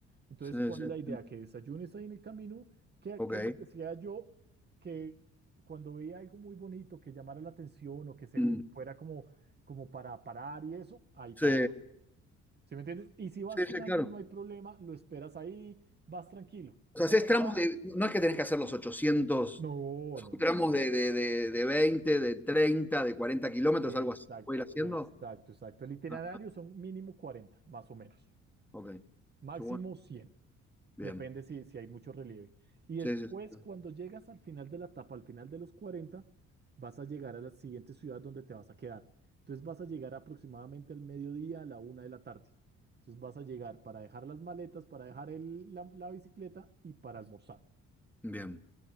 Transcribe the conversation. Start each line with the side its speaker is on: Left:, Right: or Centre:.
Right: Entonces,
Centre: Sí,
Right: ¿cuál
Centre: sí,
Right: es la idea?
Centre: sí.
Right: Que desayunes ahí en el camino, ¿qué,
Centre: Ok.
Right: qué es lo que sea yo que cuando veía algo muy bonito que llamara la atención o que se
Centre: Mm.
Right: fuera como, como para parar y eso, ahí para
Centre: Sí,
Right: ¿Sí me entiendes? Y si vas
Centre: sí,
Right: con
Centre: sí,
Right: alguien,
Centre: claro.
Right: no hay problema, lo esperas ahí, vas tranquilo.
Centre: O sea,
Right: O sea,
Centre: haces
Right: la
Centre: tramos
Right: idea.
Centre: de. No es que tenés que hacer los ochocientos
Right: No,
Centre: son
Right: no, no.
Centre: tramos de, de, de, de 20, de 30, de 40 kilómetros,
Right: Exacto,
Centre: algo así. ¿Puedo ir haciendo?
Right: exacto, exacto. El itinerario
Centre: Ah,
Right: son mínimo 40, más o menos.
Centre: ok.
Right: Máximo
Centre: Qué bueno.
Right: cien,
Centre: Bien.
Right: Depende si, si hay mucho relieve. Y
Centre: Sí,
Right: después,
Centre: sí, sí.
Right: cuando llegas al final de la etapa, al final de los 40, vas a llegar a la siguiente ciudad donde te vas a quedar. Entonces vas a llegar aproximadamente al mediodía, a la una de la tarde. Entonces vas a llegar para dejar las maletas, para dejar el- la la bicicleta y para almorzar.
Centre: Bien.